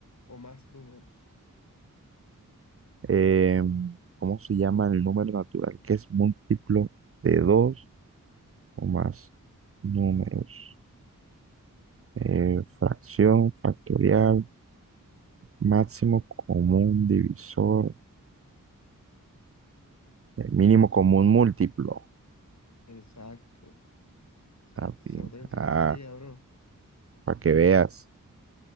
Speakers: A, on the left; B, on the right.
A: o más números?
B: Em, ¿cómo se llama el número natural que es múltiplo de 2 o más números. Eh, fracción, factorial, máximo común divisor, eh, mínimo común múltiplo.
A: Exacto, exacto.
B: Ah, bien.
A: Se nota que estoy
B: Ah,
A: en ingeniería, bro.
B: para que veas.